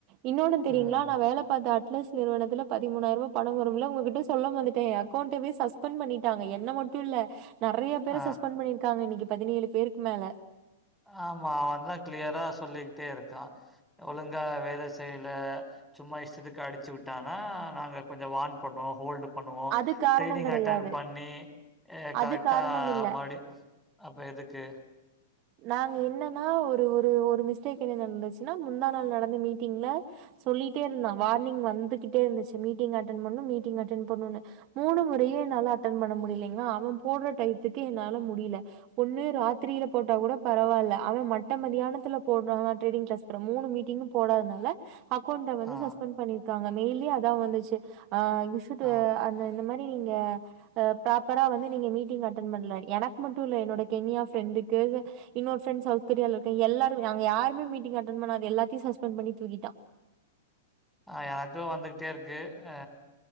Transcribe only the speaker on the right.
இன்னோன்னு தெரியுங்ளா
நா வேல பாத்த <unintelligible> நிறுவனத்துல பதிமூணாயிர ருவா பணம் வரும்ல ஒங்ககிட்ட சொல்ல மறந்துட்டே எ அக்கோண்டவே சஸ்பண்ட் பண்ணிட்டாங்க என்ன மட் டு இல்ல நெறைய பேர
சஸ்பெண்ட் பண்ணிருக்காங்க இன்னக்கி பதினேழு பேருக்கு மேல
அது காரணோ
கெடையாது
அது காரணம் இல்ல
நாங்க என்னன்னா ஒரு ஒரு ஒரு மிஸ்டேக் என்ன நடந்துச்சுன்னா முந்தா நாள் நடந்த மீட்டிங்ல சொல்கிட்டே இருந்தா வார்னிங் வந்துகிட்டே இருந்துச்சு மீட்டிங் அட்டென் பண்ணனும் மீட்டிங் அட்டென் பண்ணனுனு மூணு முறையு என்னால அட்டன் பண்ண முடியலைங்களா அவன் போட்ற டயத்துக்கு என்னால முடில ஒண்ணு ராத்ரீல போட்டா கூட பரவால்ல அவெ மட்ட மதியானத்துல போட்றானா ட்ரேடிங் கிளாஸ் அப்பறோ மூணு மீட்டிங்கு போடாதனால அக்கோண்ட வந்து
சஸ்பெண்ட் பண்ணிருக்காங்க மெயில்லயு அதா வந்துச்சு அ வீ ஷுட்
அந்த இந்த மாரி ரி நீங்க அ ப்ராப்பரா வந்து நீங்க மீட்டிங் அட்டன் பண்ல எனக்கு மட்டு இல்ல என்னோட கெமியா ஃப்ரெண்டுக் கு இன்னோரு ஃப்ரெண்ட் சவுத் தெரியால இருக்கு எல்லாரு இருக்காங்க நாங்க யாருமே மீட்டிங் அட்டன் பண்ணாத எல்லாத்தையு சஸ்பண்ட் பண்ணி தூக்கிட்டா